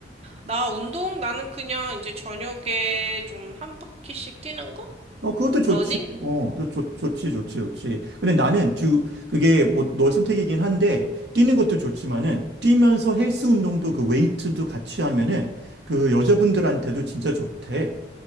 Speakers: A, on the right; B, on the right.
A: 나 운동? 나는 그냥 이제 저녁에 좀 한 바퀴씩 뛰는 거?
B: 어, 그것도 좋지.
A: 러닝?
B: 어, 그 좋, 좋지, 좋지, 좋지. 근데 나는 주, 그게 뭐 너의 선택이긴 한데, 뛰는 것도 좋지만은, 뛰면서 헬스 운동도 그 웨이트도 같이 하면은, 그 여자분들한테도 진짜 좋대.